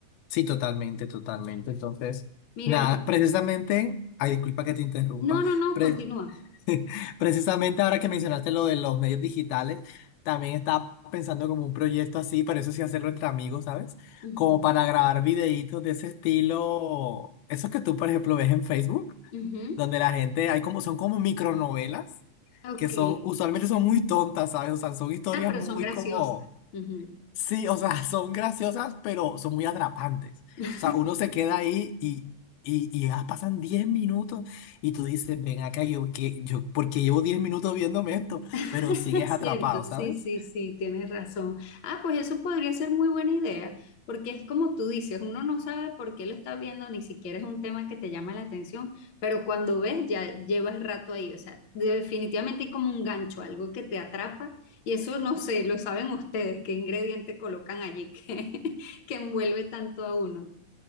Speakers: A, on the left; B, on the left.
A: sí, totalmente, totalmente. Entonces,
B: Mira,
A: nada,
B: y
A: precisamente, ay, disculpa que te interrumpa,
B: no, no, no,
A: Pre-
B: continúa.
A: <laughs> Precisamente ahora que mencionaste lo de los medios digitales, también estaba pensando como un proyecto así, pero eso sí hacerlo entre amigos, ¿sabes?
B: Ujú,
A: Como para grabar videitos de ese estilo, esos que tú, por ejemplo, ves en Facebook,
B: ujú.
A: donde la gente, hay como, son como micronovelas,
B: Ok.
A: que son, usualmente son muy tontas, ¿sabes? O sea, son historias
B: Ah, pero
A: muy
B: son graciosas.
A: como
B: Ujú.
A: Sí, o sea, <laughs> son graciosas, pero son muy atrapantes.
B: <laughs>
A: O sea, uno se queda ahí y, y, y ya pasan 10 minutos y tú dices, ven acá, yo, que, yo, ¿por qué llevo 10 minutos viéndome esto?
B: <laughs>
A: Pero sigues
B: Es
A: atrapado,
B: cierto,
A: ¿sabes?
B: sí, sí, sí, tienes razón. Ah, pues eso podría ser muy buena idea, porque es como tú dices, uno no sabe por qué lo está viendo, ni siquiera es un tema que te llama la atención, pero cuando ves ya llevas rato ahí, o sea, definitivamente hay como un gancho, algo que te atrapa, y eso no sé, lo saben ustedes, qué ingrediente colocan allí que, <laughs> que envuelve tanto a uno.